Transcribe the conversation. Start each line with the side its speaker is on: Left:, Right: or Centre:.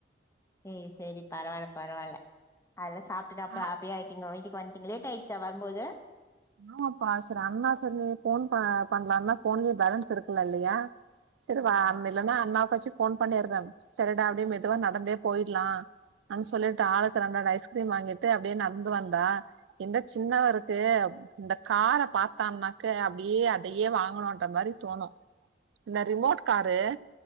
Left: சேரி சேரி பரவால்ல பரவால்ல அதெல்லா சாப்ட்டுட்டு அப்ப
Right: ஆ
Left: ஹப்பியா எங்க வீட்டுக்கு வன்டீங்க லேட்டா ஆய்ட்ச்சா வரும்போது
Right: ஆமாப்பா செரி அண்ணா செரி ஃபோன் ப பண்லானா ஃபோன்லயே பேலன்ஸ் இருக்கலா இல்லையா செரி
Left: ஆமா
Right: வா அந்த இல்லனா அண்ணாக்காச்சு ஃபோன் பண்ணிர்ற செரிடா அப்டியே மெதுவா நடந்தே போய்ட்லா ஆ சொல்லிட்டு ஆளுக்கு ரெண்டு ரெண்டு ஐஸ்கிரீம் வாங்கிட்டு அப்டியே நடந்து வந்தா எந்த சின்னவருக்கு இந்த கார பாத்தான்னாக்க அப்டியே அதையே வாங்கனுன்ற மாரி தோனு இந்த ரிமோட் காரு